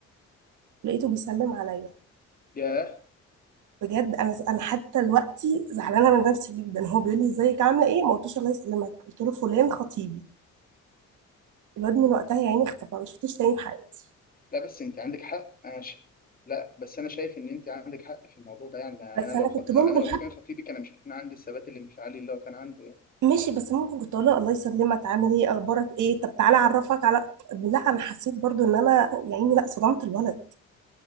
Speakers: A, on the right; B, on the left.
A: لقيته بيسلم عليا
B: يا
A: بجد انا انا حتى دلوقتي زعلانه من نفسي جدا هو بيقول لي ازيك عامله ايه ما قلتوش الله يسلمك قلت له فلان خطيبي الواد من وقتها يا عيني اختفى ما شفتوش تاني في حياتي
B: لا بس انت عندك حق انا ش... لا بس انا شايف ان انت عندك حق في الموضوع ده يعني يعني
A: بس
B: انا
A: انا
B: لو خ...
A: كنت
B: لا
A: ممكن
B: انا لو مكان خطيبي كان مش هيكون عندي الثبات الانفعالي اللي هو كان عنده يعني
A: ماشي بس ممكن كنت اقول لها الله يسلمك عامل ايه اخبارك ايه طب تعالى اعرفك على لا انا حسيت برضو ان انا يا عيني لا صدمت الولد